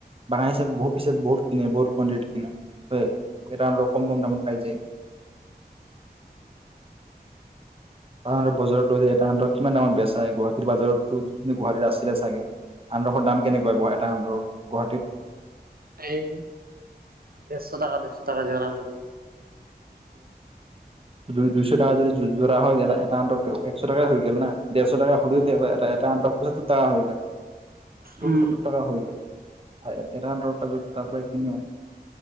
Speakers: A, on the right; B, on the right.
A: বাগান হিচাপ বহুত পিচ বহুত কিনে বহুত কণ্টিটিত কিনে। এ কম কম দামত পাই যায়। অ বজাৰতো যে <unintelligible> কিমান দামত বেচাই গুৱাহাটীৰ বজাৰতো। তুমি গুৱাহাটীত আছিলা চাগে। আনৰসৰ দাম কেনেকুৱা এটাৰ গুৱাহাটীত?
B: এই ডেৰছ টকা, দুইছ টকা জৰা হৈ যায়।
A: দু দুইছ টকা যদি জোৰা হয় তেতি এটা অন্তত এক ছ টকা হৈ গল না দেৰছ টকা হ'লেও
B: উম
A: তেতি এটা আন্ত পইচাৰ তাৰ হৈ গ'ল।
B: উম।
A: সত্তৰ টকা হৈ গ'ল এটা আনৰসত ত তাৰপিছত পৰাই কিনে।